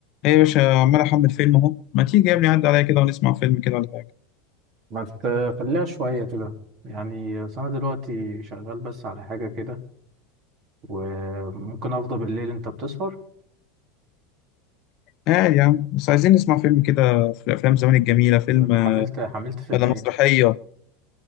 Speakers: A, on the left; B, on the right.
A: ايه يا باشا عمال احمل فيلم اهو ما تيجي يا ابني عدى عليا كده ونسمع فيلم كده ولا حاجه
B: ما تخليها شوية كده يعني أصل أنا دلوقتي شغال بس على حاجة كده وممكن أفضى بالليل أنت بتسهر
A: اه يا عم بس عايزين نسمع فيلم كده في افلام زمان الجميله فيلم
B: طب أنت
A: آه،
B: حملت حملت فيلم
A: ولا
B: إيه؟
A: مسرحيه